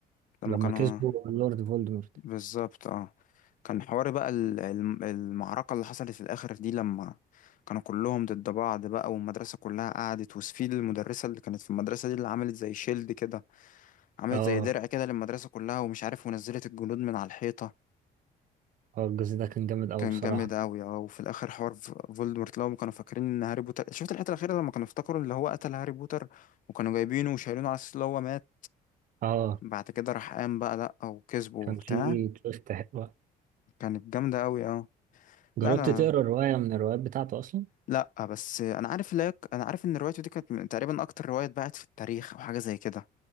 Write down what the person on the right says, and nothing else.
لما
كسبه اللورد فولدمورت
اه
اه الجزء ده كان جامد أوي
بصراحة
اه
كان فيه تويست حلوة
جربت
تقرا رواية من الروايات بتاعته أصلا؟